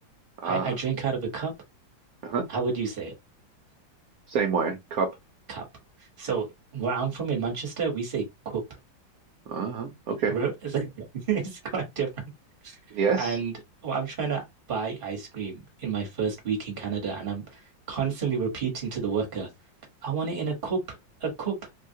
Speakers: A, on the right (about 65°); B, on the right (about 35°).
A: Ah.
B: I, I drink out of a cup.
A: Uh-huh.
B: How would you say it?
A: Same way. Cup.
B: Cup. So where I'm from in Manchester, we say cup.
A: Uh-huh. Okay.
B: Where- <laughs> It's like- it's quite different.
A: Yes.
B: And well, I'm trying to buy ice cream in my first week in Canada, and I'm constantly repeating to the worker, I want it in a cup, a cup.